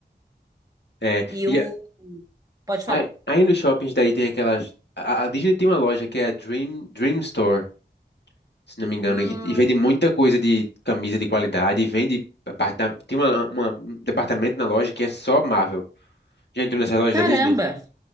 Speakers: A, on the left; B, on the right.
A: É,
B: E
A: e a-
B: o. Pode
A: aí,
B: falar.
A: aí nos shoppings daí tem aquelas... A, a Disney tem uma loja que é a Dream, Dream Store, se não me engano,
B: Hum,
A: e, e vende muita coisa de camisa de qualidade, e vende... aparta- Tem uma, uma- um departamento na loja que é só Marvel. Já entrou nessas lojas
B: caramba!
A: da Disney?